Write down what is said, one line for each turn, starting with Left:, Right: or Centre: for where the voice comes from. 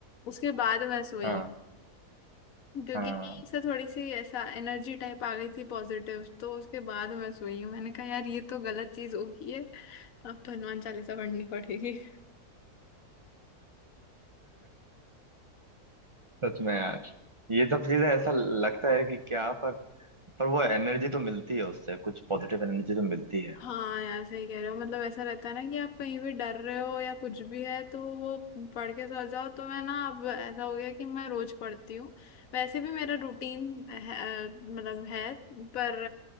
Left: उसके बाद मैं सोई
Right: हाँ
Left: क्योंकि
Right: हाँ
Left: इससे थोड़ी सी ऐसा एनर्जी टाइप आ गई थी पॉजिटिव तो उसके बाद मैं सोई हूँ मैंने कहा यार ये तो गलत चीज हो गई है अब तो हनुमान चालीसा पढ़नी पड़ेगी
Right: सच में यार ये सब चीजें ऐसा लगता है कि क्या पर पर वो एनर्जी तो मिलती है उससे कुछ पॉजिटिव एनर्जी तो मिलती है
Left: हाँ यार सही कह रहे हो मतलब ऐसा रहता है ना कि आप कहीं भी डर रहे हो या कुछ भी है तो वो पढ़ के सो जाओ तो मैं ना अब ऐसा हो गया कि मैं रोज पढ़ती हूँ वैसे भी मेरा रूटीन है, मतलब है पर